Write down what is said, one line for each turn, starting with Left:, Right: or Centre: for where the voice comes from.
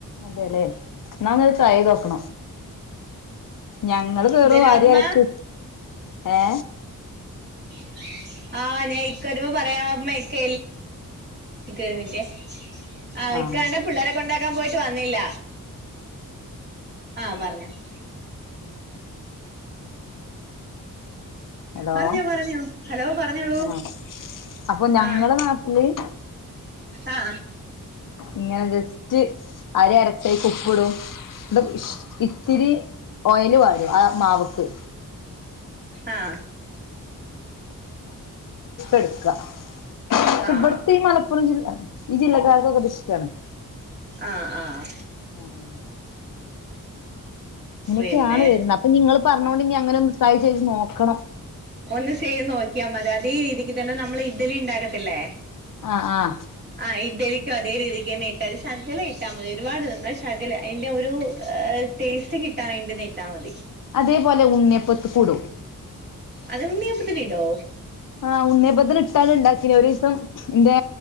Left: അതെലെ നലത് ട്രൈയ്തോക്കണം ഞങ്ങള് <unintelligible>
Right: എന്തേരും അമ്മ
Left: ഏ
Right: <unintelligible> നിക്ക് ഒരു മിനിറ്റെ ആഹ
Left: ആഹ്
Right: ഇക്കണ്ട പിള്ളാര കൊണ്ടാക്കാൻ പോയിട്ട് വന്നില്ല ആഹ പറഞ്ഞോ <inaudible>
Left: ഹലോ
Right: പറഞ്ഞോ പറഞ്ഞോ ഹലോ പറഞ്ഞോളൂ
Left: ആഹ് അപ്പൊ ഞങ്ങളെ
Right: ആ
Left: നാട്ടില്
Right: ആആ
Left: ഇങ്ങനെ ജസ്റ്റ് അരി അരച്ചേക് ഉപ്പിടും <unintelligible> ഇത്തിരി ഓയിൽ വാരും ആ മാവ്ക്ക്
Right: ആ
Left: എടുക്ക പക്ഷെ
Right: ആഹ്
Left: ഇവിടുത്തെ ഈ മലപ്പുറം ജില്ല ഈ ജില്ലക്കാർക്കൊക്കെദിഷ്ട്ടാണ്
Right: ആഹ് ആഹ്
Left: അ അ ഇങ്ങനെക്കെയാണ്
Right: പിന്നെ
Left: വെര്ന്ന അപ്പ നിങ്ങള് പറഞ്ഞോണ്ട് നി അങ്ങനൊന്ന് ട്രൈ ചെയ്ത് നോക്ക
Right: ഒന്ന് ചെയ്ത് നോക്കിയാ മതി അതേ രീതിക്ക് തന്നെ നമ്മള് ഇഡ്ഡലി ണ്ടാക്കത്തില്ലേ
Left: ആഹ് ആഹ്
Right: ആ ഇഡലിക്കും അതേ <unintelligible> <inaudible> അത് ശകല ഇട്ടാ മതി ഒരുപാട് ഇടണ്ട ശകല അയിന്റെ ഒരു ടേസ്റ്റ് കിട്ടാൻ വേണ്ടി <inaudible>
Left: അതേപോലെ ഉണ്ണ്യപ്പത്തുക്കുടും
Right: അത് ഉണ്ണിയപ്പത്തിനിടോ
Left: ആ ഉണ്ണിയപ്പത്തിലിട്ടാല് ടേസ് പിന്നെ ഒരീസം ന്റെ